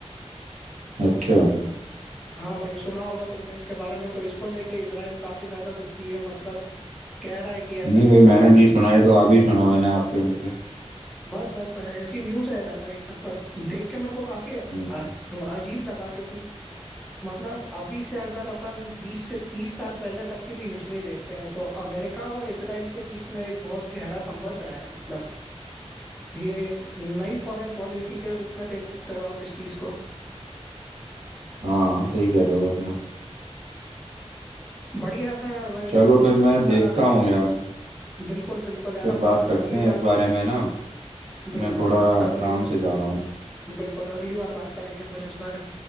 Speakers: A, on the right; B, in the centre.
A: अच्छा
B: हाँ भाई सुना होगा तुमने इसके बारे में तो इसको लेके इसराइल काफी ज्यादा दुखी है मतलब कह रहा है कि ऐसा
A: नहीं
B: नहीं
A: भाई
B: करना
A: मैंने नहीं
B: चाहिए
A: सुना ये तो आप ही सुना मैंने आपके मुंह से
B: बस बस भाई ऐसी न्यूज है यार भाई मतलब देख के मेरे को काफी
A: हम्म,
B: अ- अजीब लगा क्योंकि मतलब अभी से अगर अपन 20 से 30 साल पहले तक की भी हिस्ट्री देखते हैं तो अमेरिका और इसराइल के बीच में एक बहुत गहरा संबंध रहा है मतलब ये एक नई फॉरेन पॉलिसी के रूप में देख सकते हो आप इस चीज को
A: हाँ सही कह रहे हो वैसे आप
B: बढ़िया था यार भाई
A: चलो
B: देखो
A: फिर मैं
B: अच्छा
A: देखता
B: लगा
A: हूँ यार
B: बिल्कुल बिल्कुल यार
A: फिर
B: अपन
A: बात करते
B: अगली
A: हैं
B: बार
A: इस बारे में ना
B: बिल्कुल
A: मैं थोड़ा
B: अपन अगली
A: काम
B: बार
A: से जा रहा हूँ
B: बिल्कुल अगली बार बात करेंगे अपन इस बारे में